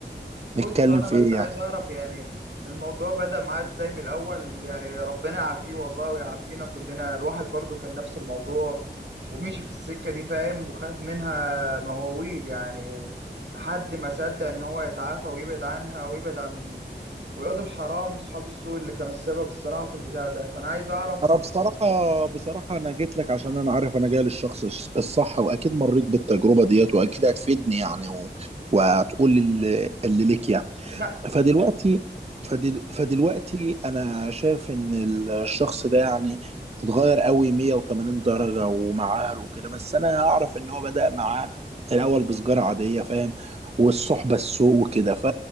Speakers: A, on the right; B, on the right.
A: نتكلم
B: بص انا
A: في
B: بس
A: ايه
B: عايز
A: يعني
B: اعرف يعني الموضوع بدأ معاه ازاي من الاول يعني ربنا يعافيه والله ويعافينا كلنا الواحد برضو كان نفس الموضوع ومشي في السكة دي فاهم وخد منها مواويل يعني لحد ما صدق ان هو يتعافى ويبعد عنها ويبعد عن ولاد الحرام واصحاب السوء اللي كانوا السبب الصراحة في البداية ده فانا عايز اعرف
A: انا بصراحه بصراحه انا جيت لك عشان انا عارف انا جاي للشخص الص- الصح واكيد مريت بالتجربه ديت واكيد هتفيدني يعني و... وهتقول اللي اللي ليك يعني
B: لا
A: فدلوقتي فدل... فدلوقتي انا شايف ان الشخص ده يعني اتغير قوي 180 درجة ومع اهله وكده بس انا اعرف ان هو بدأ معاه الاول بسجارة عادية فاهم والصحبة السوء وكده ف